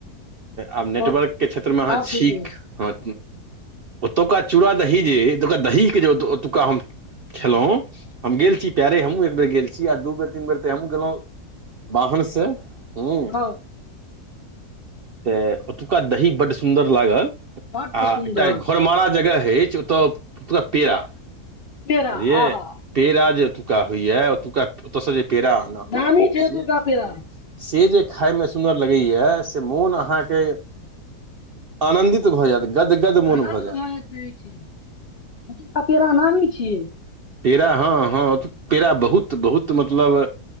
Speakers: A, on the right; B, on the left.
A: आब नेटवर्कके
B: हँ
A: क्षेत्रमे अहाँ
B: आब
A: छीक
B: ठीक अछि
A: हँ ओतुका चूड़ा दही जे ओतुका दहीे जे ओतुका हम खेलो हम गेल छी पैरे हमहूँ एक बेर गेल छी आ दू बेर तीन बेर ते हमहुँ गेलहुँ वाहन से हुँ
B: हँ
A: तऽ ओतुका दही बड्ड सुन्दर लागल।
B: बड्ड
A: आ
B: सुन्दर
A: एकटा घरमारा जग हअछि ओतऽ ओतुका पेड़ा
B: पेड़ा
A: बुझलिएये
B: आहा
A: पेड़ा जे ओतुका होइय ओतुका ओतऽ सँ जे पेड़ा आनब
B: नामी छैे
A: से
B: ओतुका पेरा
A: से जे खायमे सुन्दर लगैय से मोन अहाँकेँ आनन्दित भऽ जायत गदगद मन
B: आनन्द
A: भऽ जायत
B: जाइत रहै छै ओतुका पेड़ा नामी छियै
A: पेड़ा हँ हँ पेड़ा बहुत बहुत मतलब